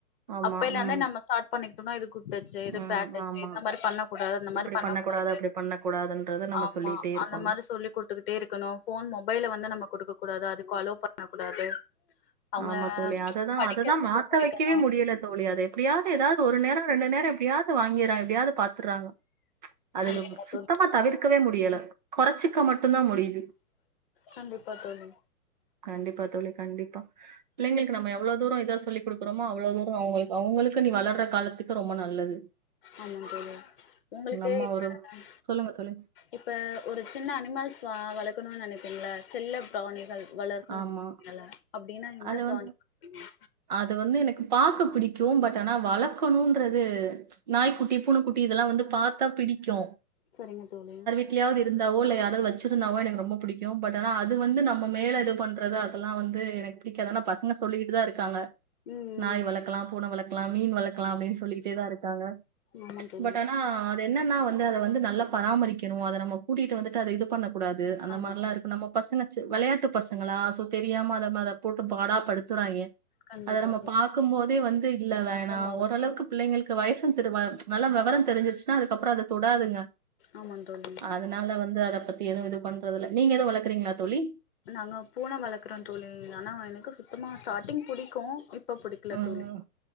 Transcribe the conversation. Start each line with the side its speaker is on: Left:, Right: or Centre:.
Right: ஆமா
Left: அப்பய்ல இருந்து
Right: ம்
Left: நம்ம ஸ்டாட் பண்ணிக்கிட்டோனா இது குட்டச் எது
Right: ம்
Left: பட் டச்
Right: ஆமா.
Left: இந்த மாரி பண்ணகூடாது அந்த மாரி
Right: இப்டி
Left: பண்ணகூடாது
Right: பண்ணக்கூடாது, அப்டி பண்ணக்கூடாதுன்றத நம்ம
Left: ஆமா
Right: சொல்லிட்டே இருக்கணும்.
Left: அந்த மாரி சொல்லி்குடுத்துக்கிட்டே இருக்கணு ஃபோன் மொபைல வந்து நம்ம குடுக்க கூடாது அதுக்கு அலோ பண்ண கூடாது அவங்க
Right: ஆமா தோழி அததா
Left: படிக்கிறதுக்கு
Right: அததா மாத்த
Left: ஒத்துழைக்கணு
Right: வைக்கவே முடியல தோழி அதை அப்டியாது ஏதாது ஒரு நேரோ ரெண்டு நேரோ எப்டியாது வாங்கிறா எப்டியாது பாத்துறாங்க அது
Left: கண்டிப்பா
Right: வ
Left: தோழி
Right: சுத்தமா தவிர்க்கவே முடியல கொறச்சிக்க மட் டுந் தா முடியுது
Left: கண்டிப்பா தோழி
Right: கண்டிப்பா தோழி கண்டிப்பா பிள்ளைங்களுக்கு நம்ம எவ்ளோ தூரோ இதா சொல்லி குடுக்குறோமோ அவ்ளோ துரோ அவங்க அவங்களுக்கு நீ வளர்ற காலத்துக்கு ரொம்ப நல்லது
Left: ஆமா தோழி உங்களுக்கு
Right: நம்ம
Left: எத்தன
Right: ஒரு சொல்லுங்க தோழி.
Left: இப்ப ஒரு சின்ன அனிமல்ஸ் வா வளக்கணுன் நெனைபீங்கள செல்ல பிராணிகள் வளர்க்கணு
Right: ஆமா.
Left: நெனப்பீக்கல்ல அப்டின்னா எந்த
Right: அத
Left: பிராணி
Right: வந்து
Left: வளப்பீங்க
Right: அது வந்து எனக்கு பாக்க பிடிக்கு பட் ஆனா வளக்கணுன்றது நாய்குட்டி பூனகுட்டி இதெல்லா வந்து பாத்தா பிடிக்கு
Left: சரிங்க தோழி
Right: எங்கியாது இருந்தாவோ இல்ல யாராது வச்சிருந்தாவோ எனக்கு ரொம்ப பிடிக்கு பட் ஆனா அது வந்து நம்ம மேல இது பண்றது அதெல்லா வந்து எனக்கு பிடிக்காது ஆனா பசங்க சொல்லிகிட்டு தா இருக்காங்க
Left: ம் ம்
Right: நாய் வளக்கலா பூன வளக்கலா மீன் வளக்கலா அப்டின்னு சொல்லிகிட்டே தா இருக்காங்க
Left: ஆமா தோழி
Right: பட் ஆனா இப்ப என்னன்னா வந்து அத வந்து நல்லா பராமரிக்கணு அத நம்ம கூட்டிட்டு வந்துட்டு அத இது பண்ணகூடாது அந்த
Left: ஆமா
Right: மாரிலா
Left: தோழி
Right: இருக்கு நம்ம பசங்க சி வெளையாட்டு பசங்களா சோ தெரியாம அத மேல போட்டு பாடா படுத்துறாங்க
Left: கண்டிப்பா
Right: அத நம்ம
Left: தோழி
Right: பாக்கும் போதே வந்து இல்ல வேணா
Left: கஷ்டமா இருக்கு
Right: ஓரளவுக்கு பிள்ளைங்களுக்கு வயசு திருவ நல்லா வெவரே தெரிஞ்சிருச்ன்னா அதுக்கப்புறோ அத தொடாதுங்க
Left: ஆமா தோழி
Right: அதனால வந்து அதைபத்தி எதுவு இது பண்றதுல்ல நீங்க எது வளக்றீங்களா தோழி
Left: நாங்க பூன வளக்குறோ தோழி ஆனா எனக்கு சுத்தமா ஸ்டாட்டிங் புடிக்கு இப் இப்ப பிடிக்கல
Right: ம்
Left: தோழி